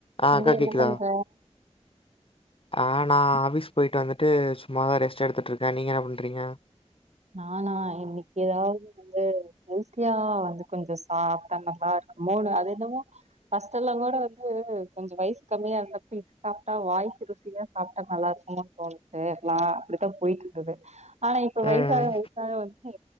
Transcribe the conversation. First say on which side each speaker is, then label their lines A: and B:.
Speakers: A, on the left; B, on the right.
A: அ
B: தம்பி
A: அக்கா
B: என்ன
A: கேக்குதா
B: பண்ற
A: ஆ நா ஆஃபீஸ் போய்டு வந்துட்டு சும்மாதா ரெஸ்ட் எடுத்துட்ருக்க நீங்க என்ன பண்றீங்க
B: நானா இன்னிக் ஏதாது வந்து ஹெல்த்யா வந்து கொஞ்ச சாப்டா நல்லா இருக்கு மோணு அது என்னமோ ஃபஸ்ட் எல்லா கூட வந்து கொஞ்சோ வயசு கம்மியா இருந்தப்ப சாப்டா வாய்க்கி ருசியா சாப்டா நல்லா இருக்குமோன் தோணுச்சி லா அப்டிதா போயிட் இருந்தது ஆனா இப்ப
A: ம்.
B: வயசாக வயசாக வந்து